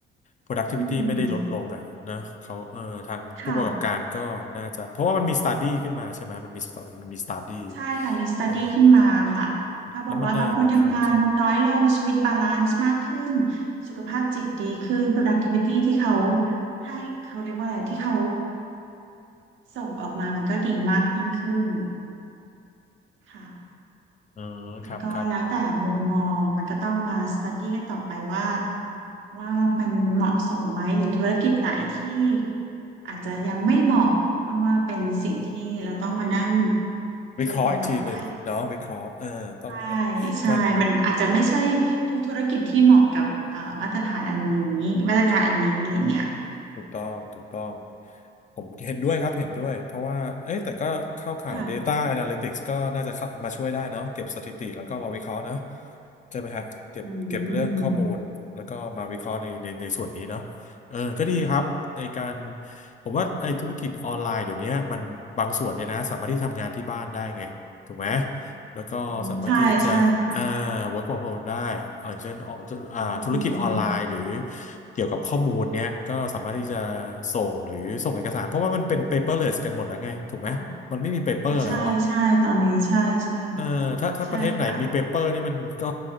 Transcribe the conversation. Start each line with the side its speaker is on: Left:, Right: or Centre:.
Left: productivity
Right: อืม
Left: ไม่ได้ลดลงอ่ะนะเขาเอ่อทางผู้ประกอบการก็น่าจะเพราะว่ามันมี
Right: ค่ะ
Left: study ขึ้นมาใช่ไหมมันมี stu- มันมี study
Right: ใช่ค่ะมีสต
Left: เอ่อ
Right: u d ีขึ้นมาค่ะถ้าบอกว่าบางคนทำงานน้อยลงชีวิตบาลานซ์มากขึ้น
Left: แล้วมันได้เกี่ยวกับ culture
Right: สุขภาพจิตดีขึ้น productivity ที่เขาให้เขาเรียกว่าอะไรที่เขาส่งออกมามันก็ดีมากยิ่งขึ้นค่ะ
Left: อ๋อครับครับ
Right: มันก็แล้วแต่มุมมองมันก็ต้องมาสต u d ีกันต่อไปว่าว่ามันเหมาะสมไหมหรือธุรกิจไหนที่อาจจะยังไม่เหมาะเพราะว่าเป็นสิ่งที่เราต้องมานั่ง
Left: วิเคราะห์อีกทีหนึ่งเนาะวิเคราะห์เออต้อง
Right: ดูกันต่อไป ใช่ใช่มันอาจจะไม่ใช่
Left: นั่ง
Right: ทุกธุรกิจที่เหมาะกับเอ่อมาตรฐานอันนี้มาตรการอันนี้อะไรเงี้ย
Left: ถูกต้องถูกต้อง ผมเห็นด้วยครับเห็นด้วยเพราะว่าเอ้ยแต่ก็เข้าข่าย
Right: ค่ะ
Left: Data Analytics ก็น่าจะเข้ามาช่วยได้เนาะเก็บสถิติแล้วก็มาวิเคราะห์นะใช่ไหมฮะเก็บเก็บเรื่องข้อมูลแล้วก็มาวิเคราะห์ในในในส่วนนี้เนาะเออก็ดีครับในการ
Right: อืม
Left: ผมว่าไอ้ธุรกิจออนไลน์เดี๋ยวนี้มันบางส่วนเนี่ยนะสามารถที่ทำงานที่บ้านได้ไงถูกไหม แล้วก็สามารถที่จะอ่า
Right: อืมใช่ใช่ค่ะ
Left: work from home ได้ อย่างเช่นอ่าธุรกิจออนไลน์หรือ
Right: อืม
Left: เกี่ยวกับข้อมูลเนี้ยก็สามารถที่จะ
Right: ค่ะ
Left: ส่งหรือส่งเอกสารเพราะว่ามันเป็น
Right: อืม
Left: paperless กันหมดแล้วไงถูกไหมมันไม่มี
Right: ค่ะ
Left: paper
Right: อ๋อใช่ใช่ตอนนี้ใช่ใช่
Left: แล้วอะ เออถ้าถ้าประเทศไหนมีเปเปอร์นี่มันก็
Right: ใช่ค่ะ